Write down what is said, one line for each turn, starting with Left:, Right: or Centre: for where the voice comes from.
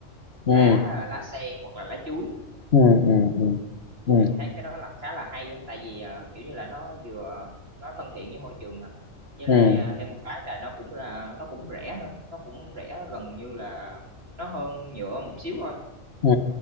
Left: ừ
Right: lá lá sen hoặc là lá chuối
Left: ừ ừ ừ ừ
Right: em thấy cái đó là khá là hay á, tại vì ờ, kiểu như là nó vừa nó thân thiện với môi trường nè với
Left: ừ
Right: lại ờ, thêm một cái là nó cũng là nó cũng rẻ nữa nó cũng rẻ gần như là nó hơn nhựa một xíu thôi
Left: ừ